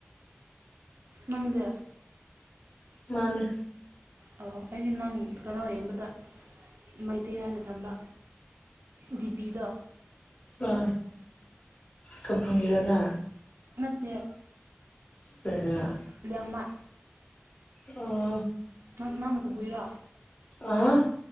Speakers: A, on the right; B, on the left.
A: ꯅꯪꯗꯤ
B: ꯃꯥꯅꯦ
A: ꯑꯣ ꯑꯩꯗꯤ ꯅꯪ ꯀꯅꯣ ꯌꯦꯡꯕꯗ ꯃꯩꯇꯩꯔꯥꯅ ꯈꯟꯕ ꯗꯤ ꯄꯤꯗꯣ
B: ꯑ ꯀꯕꯨꯨꯏꯔꯣꯅ
A: ꯅꯠꯇꯦ
B: <unintelligible>
A: ꯂꯤꯌꯡꯃꯥ
B: ꯑꯣ
A: ꯅꯪ ꯅꯪꯅ ꯀꯕꯨꯨꯏꯔꯣ
B: ꯑꯍ